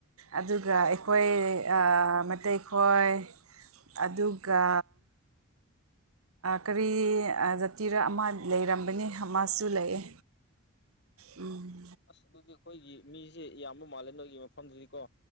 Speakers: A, on the right; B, on the left.
A: ꯑꯗꯨꯒ ꯑꯩꯈꯣꯏ ꯃꯩꯇꯩ ꯈꯣꯏ ꯑꯗꯨ ꯀꯥ ꯀꯔꯤ ꯖꯥꯇꯤꯔꯥ ꯑꯃ ꯂꯩꯔꯝꯕꯅꯤ ꯑꯃꯁꯨ ꯂꯩꯑ ꯎꯝ
B: ꯑꯁ ꯑꯗꯨꯗꯤ ꯑꯩꯈꯣꯏꯒꯤ ꯃꯤꯁꯦ ꯌꯥꯝꯕ ꯃꯥꯜꯂꯦ ꯅꯣꯏꯒꯤ ꯃꯐꯝꯗꯨꯗꯤ ꯀꯣ